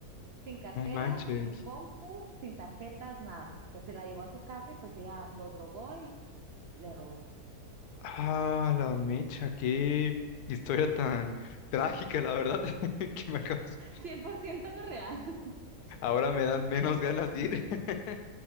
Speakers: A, on the right; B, on the left.
A: sin cartera,
B: No manches.
A: sin compu, sin tarjetas, nada. O sea, se la llevó a su casa y pues ella lo drogó y le robó.
B: Ah, la mecha, qué historia tan trágica, la verdad, <laughs> que me acabas.
A: 100% real. <laughs>
B: Ahora me dan menos <laughs> ganas de ir. <laughs>